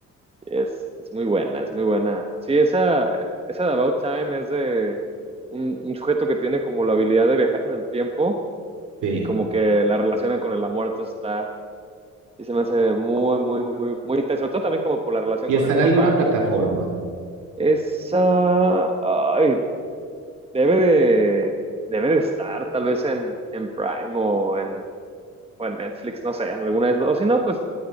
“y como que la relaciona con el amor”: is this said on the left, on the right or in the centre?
Right